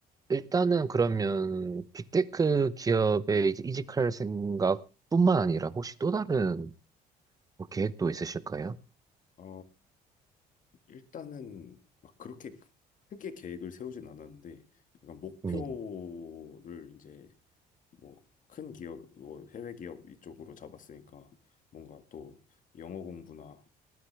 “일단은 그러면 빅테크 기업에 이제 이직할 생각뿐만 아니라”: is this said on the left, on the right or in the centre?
Right